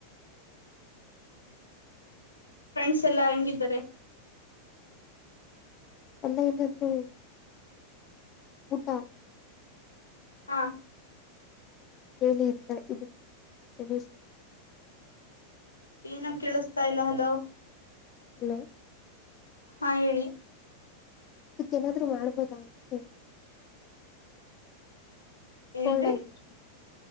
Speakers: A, on the left; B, on the left.
A: ಫ್ರೆಂಡ್ಸ್ ಎಲ್ಲಾ ಹೆಂಗಿದ್ದಾರೆ
B: ಎಲ್ಲ ಎಲ್ಲೊದ್ರೂ ಊಟ
A: ಹಾ
B: ಹೇಳಿ ಇತ್ತ ಇದಕ್ಕೆ ಸೊಲ್ಯೂಷನ್
A: ಏನು ಕೇಳಿಸ್ತಾ ಇಲ್ಲ ಹಲೋ
B: ಹಲೋ
A: ಹಾ ಹೇಳಿ
B: ಇದಕ್ಕೆ ಏನಾದ್ರು ಮಾಡ್ಬೋದ ಅಂತ ಕೇಳಿದ್ರೆ ಕೊಳ್ಳ
A: ಏನ್ರಿ
B: <unintelligible>